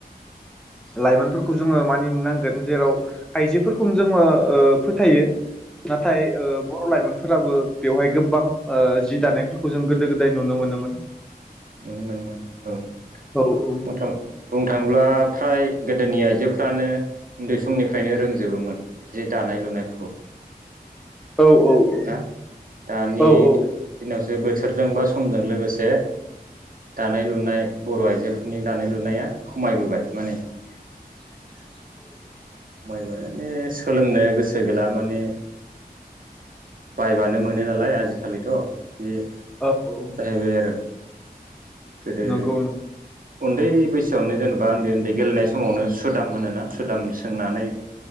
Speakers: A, in the centre; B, on the right.
A: लाइमोनफोरख खौ जोङो मानिनो नांगोन जेराव आइजोफोरखौनो जोङो ओ फोथायो। नाथाय ओ बर' लाइमोन फ फोराबो बेवहाय गोबां ओ जि दानायफोरखौ जों गोदो गोदाय नुनो मोनोमोन।
B: नुनो मोनोमोन औ।
A: औ <unintelligible>
B: <unintelligible> बुंनो थाङोब्ला फ्राय गोदोनि आइजोफ्रानो उन्दै समनिफ्रायनो रोंजोबोमोन जि दानाय लुनायफोरखौ।
A: औ औ औ।
B: ना दानि
A: औ औ
B: दिनावसो बोथोरजों बा समजों लोगोसे दानाय लुनाय बर' आइजोफोरनि दानाय लुनाया खमायबोबाय माने
A: <inaudible>
B: माने सोलोंनो गोसो गैला माने बायबानो मोनो नालाय आजिखालिथ' बे
A: औ औ
B: जाहैबाय आरो गोदो
A: नंगौ नोंथ <unintelligible>
B: उन्दै बैसोआवनो जेनेबा उन्दै उन्दै गेलेनाय समावनो सुदाम होनोना सुदाम सोंनानै